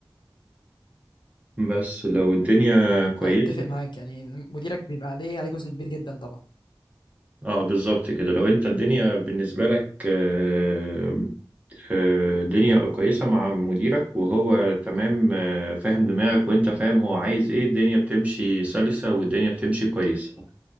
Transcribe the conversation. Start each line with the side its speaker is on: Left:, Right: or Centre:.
Right: بس لو الدنيا كويسة
Left: اتفق معاك يعني مديرك بيبقى عليه عليه جزء كبير جدا طبعا
Right: اه بالظبط كده لو انت الدنيا بالنسبة لك آه، آه، الدنيا كويسة مع مديرك وهو تمام آه، فاهم دماغك وانت فاهم هو عايز ايه الدنيا بتمشي سلسة والدنيا بتمشي كويسة